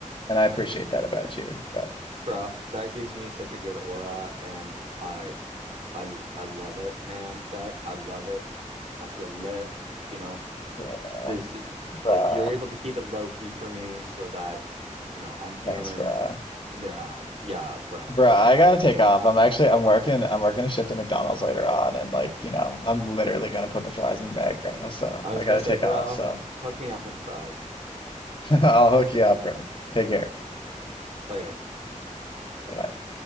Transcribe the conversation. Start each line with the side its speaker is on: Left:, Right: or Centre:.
Left: and I appreciate that about you, bro.
Right: bro, that gives me such a good aura, and I I I love it, man. Bet I love it. I feel lit. You know.
Left: Yeah,
Right: this is
Left: bruh.
Right: like you're able to keep it low key for me so that you know I'm feeling
Left: Thanks, bruh.
Right: yeah yeah bro
Left: Bruh,
Right: like
Left: I gotta take off. I'm actually I'm working I'm working a shift at McDonald's later on and like, you know, I'm literally gonna put the fries in the bag, bro. So
Right: I was
Left: I
Right: gonna
Left: gotta
Right: say
Left: take
Right: bro
Left: off. So
Right: hook me up with the fries
Left: <laughs> I'll hook you up, bro. Take care.
Right: later
Left: Bye.